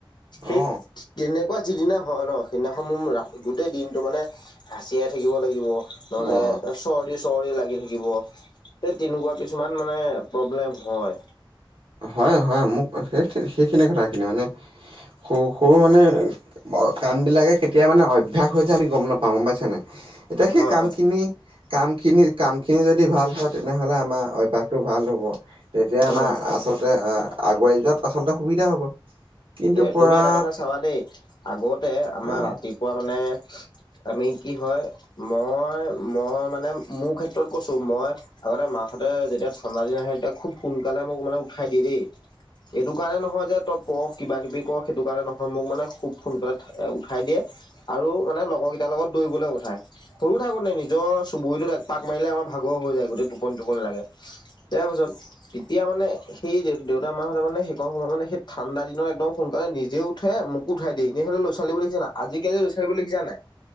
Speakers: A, on the left; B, on the right.
A: সেই
B: অ
A: তেনেকুৱা। যিদিনা হয় নহ সিদিনাখন মোৰ গোটেই দিনটো মানে হাঁচিয়াই থাকিব লাগিব। নহ'লে
B: অ
A: চৰ্দি। চৰ্দি লাগি থাকিব তে-তেনেকুৱা কিছুমান মানে প্ৰব্লেম হয়।
B: হয়, হয় মোক সেই-সেইখিনি কথাখিনি মানে সৰু, সৰু মানে। কাম বিলাকে কেতিয়া মানে অভ্যাস হৈ যায় আমি গম নাপাওঁ গম পাইছা নে নাই। এতিয়া সেই
A: হয়
B: কামখিনি।
A: হয়
B: কামখিনি, কামখিনি যদি ভাল হয় তেনেহ'লে আমাৰ অভ্যাসটো ভাল হ'ব। তেতিয়া আমাৰ
A: উম
B: আচলতে আগুৱাই যোৱাত আচলতে সুবিধা হ'ব। কিন্তু
A: এ
B: পৰা
A: তুমি এটা কথা চাবা দেই আগতে আমাৰ
B: আহ
A: ৰাতিপুৱা মানে। আমি কি হয় মই, মই মানে মোৰ ক্ষেত্ৰত কৈছো মই। আগতে মাহতে যেতিয়া ঠাণ্ডা দিন আহে তেতিয়া খুব সোনকালে মোক মানে উঠাই দিয়ে দেই। এইটো কাৰণে নহয় যে তই পঢ়। কিবা কিবি কৰ সেইটো কাৰণে নহয় মোক মানে খুব সোনকালে উঠাই দিয়ে। আৰু মানে লগৰ কেইটাৰ লগত দৌৰিবলৈ পঠাই সৰু থাকোতে নি নিজৰ চুবুৰীটোত এক পাক মাৰিলে আমাৰ ভাগৰ হৈ যায় গোটেই টোপনি, টোপনি লাগে। তাৰপিছত তেতিয়া মানে সেই দেউতা মাহতে মানে <unintelligible> সময়ত মানে সেই ঠাণ্ডা দিনত। একদম সোনকালে নিজে উঠে মোকো উঠাই দিয়ে এনেই হ'লে ল'ৰা-ছোৱালীবোৰ দেখিছা নে নাই আজিকালি ল'ৰা-ছোৱালীবোৰ দেখিছা নে নাই।